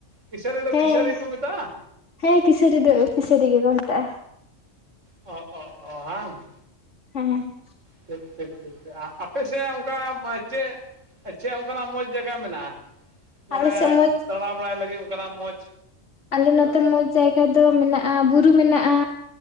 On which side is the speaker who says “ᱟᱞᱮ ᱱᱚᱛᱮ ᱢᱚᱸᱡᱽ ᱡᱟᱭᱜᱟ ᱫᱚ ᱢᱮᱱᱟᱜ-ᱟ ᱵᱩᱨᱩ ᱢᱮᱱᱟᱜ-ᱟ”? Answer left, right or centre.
Left